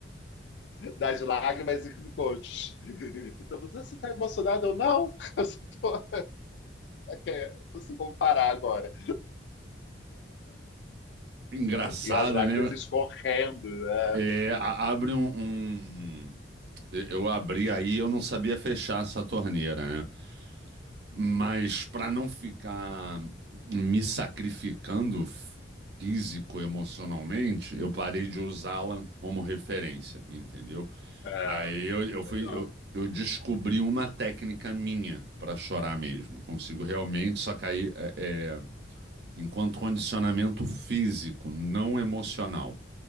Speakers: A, on the left; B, on the right.
A: das lágrimas e picotes. <laughs> Então, você está emocionado? Eu, não, <laughs> eu só tô- é, não sei como parar agora.
B: Engraçada,
A: E as lágrimas
B: né?
A: escorrendo. né?
B: É, a- abre um, um- Eu abri aí, eu não sabia fechar essa torneira, né? Mas para não ficar me sacrificando f- físico, emocionalmente, eu parei de usá-la como referência, entendeu?
A: É,
B: Aí eu, eu fui.
A: melhor.
B: Eu, eu descobri uma técnica minha para chorar mesmo. Consigo realmente, só que aí é, é, enquanto condicionamento físico, não emocional.